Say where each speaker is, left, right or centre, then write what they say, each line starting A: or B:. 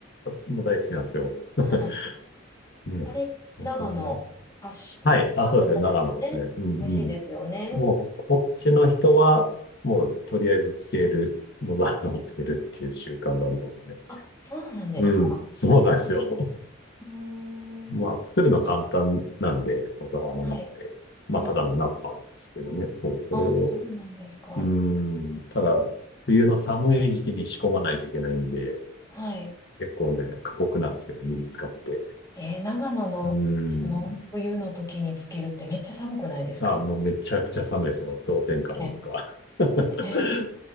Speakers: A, on the left; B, on the left.
A: も大好きなんですよ。<laughs>
B: はい。
A: ねえ、
B: あれ、長野発祥、
A: 野沢菜も。はい。
B: 長野なんですよね。
A: あ、そうですね。長野ですね。うんうん。
B: 美味しいですよね。
A: もう、こっちの人は、もう、とりあえずつける、野沢菜をつけるっていう習慣がありますね。
B: あ、そうなんですか。
A: うん。そうなんですよ。
B: うん。うーん
A: まあ、作るの簡単なんで、小沢菜なんて。
B: はい。
A: まあ、
B: あ
A: ただの菜っぱですけどね。そう、それを、
B: あ、そうなんですか。
A: うーん、ただ、冬の寒い時期に仕込まないといけないんで、
B: はい。
A: 結構ね、過酷なんですけど、水使って。
B: えー長野の、
A: うーん。
B: その、冬の時につけるってめっちゃ寒くないですか
A: あ、もうめちゃくちゃ寒いですよ。氷点下の中。
B: ね
A: <laughs>
B: え